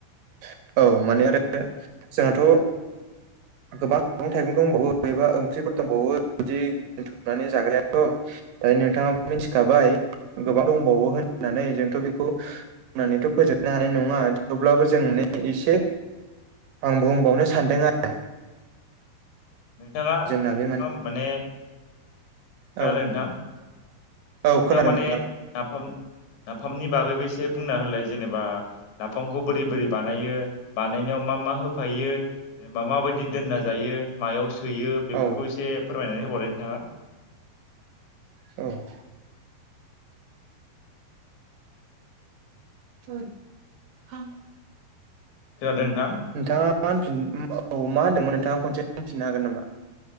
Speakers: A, on the right; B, on the left.
A: आरो औ माने आरो जोंहाथ' गोबां मैगं थाइगं दंबावो एबा फख्रिफोरथंबावो बिदि दोनथुमनानै जाग्रायाथ' दायो नोंथाङाबो
B: औ
A: मिथिखाबाय। गोबां दंबावो होननानै जोंथ' बेखौ बुंनानैथ' फोजोबनो हानाय नङा थेवब्लाबो जों इसे आं बुंबावनो सानदों आरो।
B: नोंथाङा
A: जोंना
B: नोंथाङा
A: बे
B: माने खोनादों
A: औ
B: नोंथां?
A: औ
B: नोंथाङा
A: खोनादों
B: माने
A: नोंथां
B: नाफाम नाफामनि बागैबो एसे बुंना होलाय जेनेबा नाफामखौ बोरै बोरै बानायो बानायनो मा मा होफायो मा मा मादि दोनना जायो मायाव थोयो बेफोरखौ
A: औ
B: एसे फोरमायनानै होबावलाय नोंथाङा
A: औ <unintelligible> <unintelligible>
B: खोनादों नोंथां
A: नोंथाङा मा होनफिन औ मा होनदोंमोन नोंथाङा कनसे होनफिननो हागोन नामा?